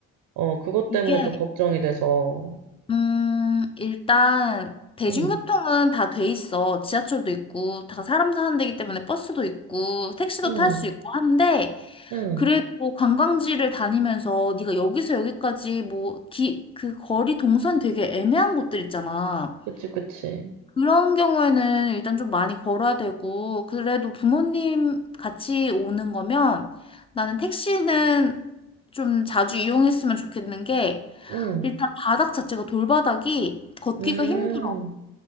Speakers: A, on the right (about 70°); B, on the left (about 15°).
A: 어, 그것
B: 이게
A: 때문에 좀 걱정이 돼서.
B: 음, 일단 대중교통은
A: 응,
B: 다 돼 있어. 지하철도 있고, 다 사람 사는 데기 때문에 버스도 있고, 택시도
A: 응,
B: 탈 수 있고 한데,
A: 응.
B: 그래도 관광지를 다니면서 네가 여기서 여기까지 뭐, 기, 그 거리 동선 되게 애매한 곳들 있잖아.
A: 그치, 그치.
B: 그런 경우에는 일단 좀 많이 걸어야 되고, 그래도 부모님 같이 오는 거면 나는 택시는 좀 자주 이용했으면 좋겠는 게,
A: 응,
B: 일단 바닥 자체가 돌바닥이 걷기가
A: 음.
B: 힘들어.